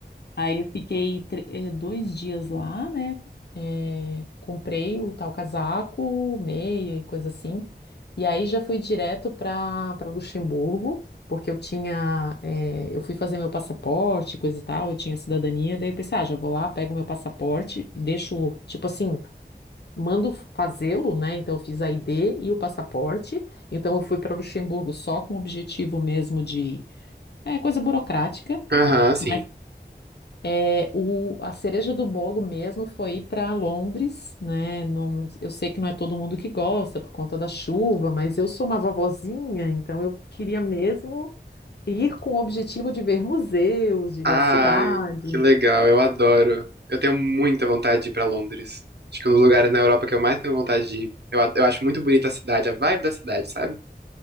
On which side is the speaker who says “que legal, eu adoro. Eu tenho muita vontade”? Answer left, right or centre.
Right